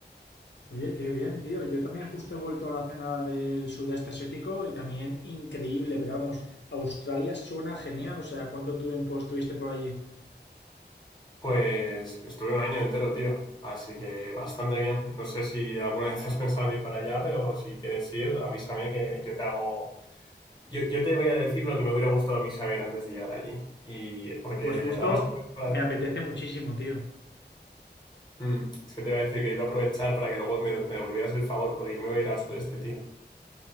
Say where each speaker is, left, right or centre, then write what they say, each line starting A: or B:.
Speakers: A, on the left; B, on the left.
A: Oye, qué bien, tío. Yo también justo he vuelto a la cena del sudeste asiático y también increíble, pero vamos, Australia suena genial. O sea, ¿cuánto tiempo estuviste por allí?
B: Pues estuve un año entero, tío. Así que bastante bien. No sé si alguna vez has pensado en ir para allá, pero si quieres ir, avísame que yo te hago... Yo, yo te voy a decir lo que me hubiera gustado a mí saber antes de llegar allí. Y porque
A: Pues justo
B: además aprovecho para...
A: me apetece muchísimo, tío.
B: Mm, es que te iba a decir que iba a aprovechar para que luego me, me devolvieras el favor, porque yo me voy a ir al sudeste, tío.